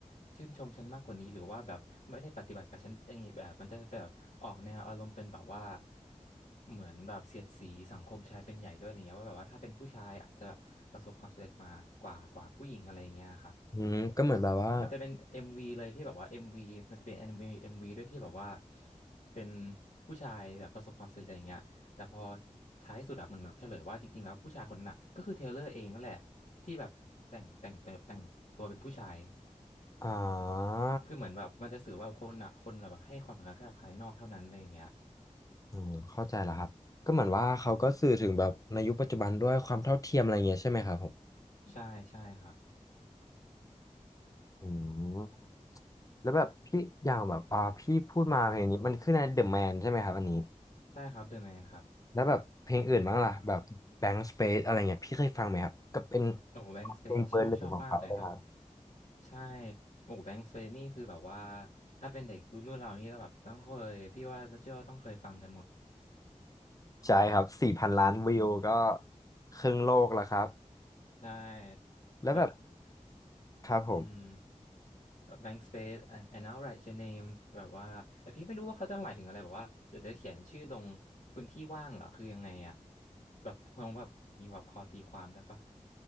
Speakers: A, on the left; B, on the left.
A: ชื่นชมฉันมากกว่านี้หรือว่าแบบไม่ได้ปฏิบัติกับฉันอย่างงี้แบบมันจะแบบออกแนวอารมณ์เป็นแบบว่าเหมือนแบบเสียดสีสังคมชายเป็นใหญ่ด้วยอะไรเงี้ยว่าแบบว่าถ้าเป็นผู้ชายอาจจะประสบความสำเร็จมากว่ากว่าผู้หญิงอะไรอย่างเงี้ยครับ
B: อืมก็เหมือนแบบว่า
A: มันจะเป็น MV เลยที่แบบว่าเอ็มวีมันจะเป็น MV วีเอ็มวีด้วยที่แบบว่าเป็นผู้ชายแบบประสบความสำเร็จอะไรอย่างเงี้ยแต่พอท้ายสุดอะมันมาเฉลยว่าจริงๆแล้วผู้ชายคนนั้นอะก็คือเทย์เลอร์เองนั่นแหละที่แบบแต่งแต่งแต่งแต่งตัวเป็นผู้ชาย
B: อ่า
A: คือเหมือนแบบมันจะสื่อว่าคนอะคนแบบให้ความสำคัญแค่กับภายนอกเท่านั้นอะไรอย่างเงี้ย
B: อืมเข้าใจแล้วครับก็เหมือนว่าเขาก็สื่อถึงแบบในยุคปัจจุบันด้วยความเท่าเทียมอะไรเงี้ยใช่ไหมครับผม
A: ใช่ใช่ครับ
B: อืมแล้วแบบพี่อย่างแบบอ่าพี่พูดมาเพลงนี้มันขึ้นในเดอ m แมนใช่ไหมครับอันนี้
A: ใช่ครับเดอะแมนครับ
B: แล้วแบบเพลงอื่นบ้างล่ะแบบแบง k ์สเปซอะไรเงี้ยพี่เคยฟังไหมครับก็เป็น
A: โอ้แบงค์สเปซชอบชอบมากเลยครับ
B: เพลงเบอร์หนึ่งของเขาเลยครับ
A: ใช่ โอ้แบงค์สเฟนี่คือแบบว่า ถ้าเป็นเด็กรุ่นรุ่นเรานี่เราแบบต้องเคยพี่ว่าเชื่อว่าต้องเคยฟังกันหมด
B: ใช่ครับสี่พันล้านวิวก็ครึ่งโลกแล้วครับ
A: ใช่
B: แล้วแบบ
A: แบบ
B: ครับผม
A: อืม แบงค์สเปซ and and I'll write your name แบบว่า แต่พี่ไม่รู้ว่าเขาจะหมายถึงอะไร แบบว่า เดี๋ยวเดี๋ยวเขียนชื่อลงพื้นที่ว่างเหรอ คือยังไงอะแบบคงแบบมีแบบพอตีความได้ปะ